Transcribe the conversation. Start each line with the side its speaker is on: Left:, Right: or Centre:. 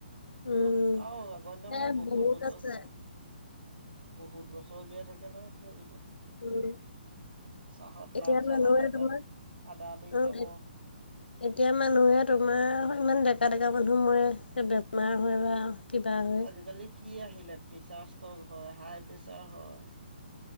Left: উম।
Right: ইমান আও আগৰ দিনৰ মানুহ
Left: এ
Right: বহুত বছৰ।
Left: আছে
Right: বহুত বছৰ জীয়াই থাকে নহয় সেইবিলাক।
Left: উম,
Right: চাহত
Left: এতিয়া
Right: লাল চাহত
Left: মানুহে
Right: আদা
Left: তোমাৰ
Right: আদা দি
Left: অ',
Right: খাব।
Left: এতিয়া মানুহে তোমাৰ ইমান ডেকা ডেকা মানুহ মৰে বেমাৰ হয় বা কিবা হয়।
Right: আজিকালি কি আহিলে প্ৰেছাৰ ষ্টক হয় হাই প্ৰেছাৰ হয়।